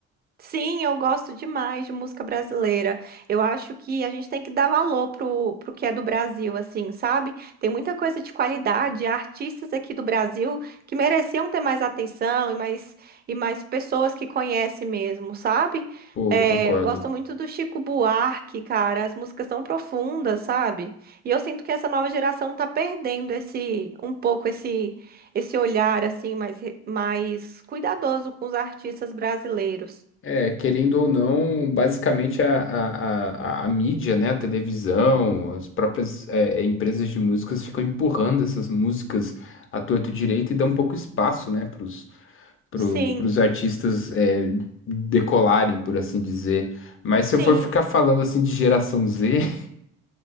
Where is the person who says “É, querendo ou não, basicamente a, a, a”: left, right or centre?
Left